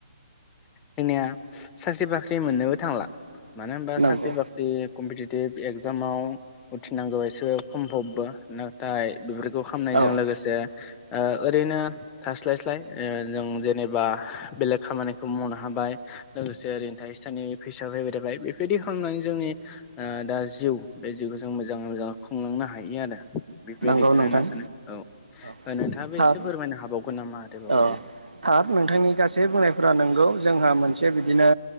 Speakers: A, on the left; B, on the right.
A: जोंनिया साख्रि बाख्रि मोननोबो थांला मानो होनबा साख्रि
B: नंगौ
A: बाख्रि कमपिटिटिभ एगजामाव उथ्रिनांगौआ‌ एसे खमफबबो नाथाय बेफोरखो' खामनायजों
B: औ
A: लोगोसे ओ ओरैनो थास्लाय स्लाय ओ जों जेनेबा बेलेग खामानिखौ मावनो हाबाय लोगोसे ओरैनो थाइसे थाइनै फैसाब फैबाय थाबाय बेफोरबायदि खालामनानै जोंनि दा जिउ बे जिउखौ जों मोजाङै मोजां खुंलांनो हायो आरो। बेफोरबायदिखोनो
B: नंगौ नोंथां
A: होनना सानो औ। <inaudible>
B: थार
A: एसे फोरमायनो हाबावगोन नामा आरोबाव
B: औ
A: ओरैनो
B: थार नोंथांनि गासै बुंनायफोरा नोंगौ जोंहा मोनसे बिदिनो